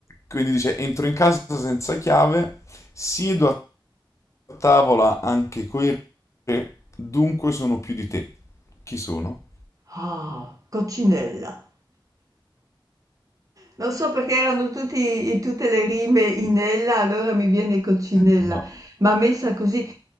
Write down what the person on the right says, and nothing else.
Ah, coccinella. Lo so perché erano tutti, i- tutte le rime in ella, allora mi viene Coccinella,
ma messa così,